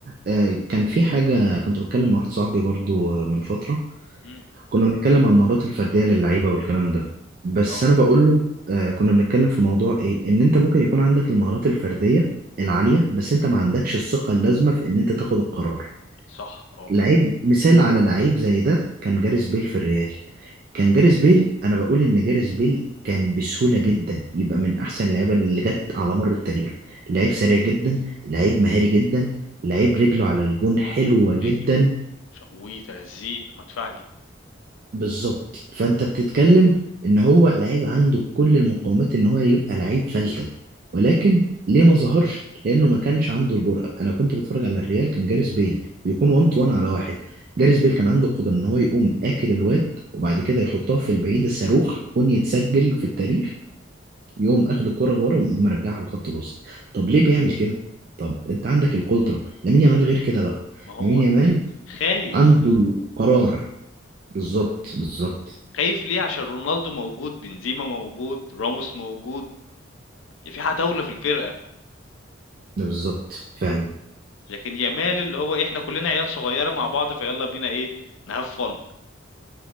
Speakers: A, on the right; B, on the left.
A: آه، كان في حاجة كنت بتكلم مع واحد صاحبي برضو آه، من فترة
B: إمم،
A: كنا بنتكلم على المهارات الفردية للعيبة والكلام ده بس
B: آه،
A: أنا بقول له آه كنا بنتكلم في موضوع إيه إن أنت ممكن يكون عندك المهارات الفردية العالية بس أنت ما عندكش الثقة اللازمة في إن أنت تاخد القرار
B: صح، آه،
A: لعيب مثال على لعيب زي ده كان جاريس بيل في الريال كان جاريس بيل أنا بقول إن جاريس بيل كان بسهولة جدا يبقى من أحسن اللعيبة اللي جت على مر التاريخ لعيب سريع جدا لعيب مهاري جدا لعيب رجله على الجون حلوة
B: رجله،
A: جدا
B: رجله، ش وترزيع مدفعجي،
A: بالظبط فانت بتتكلم ان هو لعيب عنده كل المقومات ان هو يبقى لعيب فلتة ولكن ليه ما ظهرش لانه ما كانش عنده الجرأة انا كنت بتفرج على الريال كان جاريس بيل بيكون 1 تو 1 على واحد جاريس بيل كان عنده القدرة ان هو يقوم اكل الواد وبعد كده يحطها في البعيدة صاروخ جون يتسجل في التاريخ يقوم اخد الكرة لورا ومرجعها لخط الوسط طب ليه بيعمل كده طب انت عندك القدرة لامين يامال غير كده بقى
B: ما هو
A: لامين يامال
B: خايف،
A: عنده القرار بالظبط بالظبط
B: خايف ليه؟ عشان رونالدو موجود، بنزيما موجود، راموس موجود، ي في عتاولة في الفرقة،
A: بالظبط فعلا
B: لكن يامال اللي هو إيه، إحنا كلنا عيال صغيرة مع بعض فيالّا بينا إيه نhave fun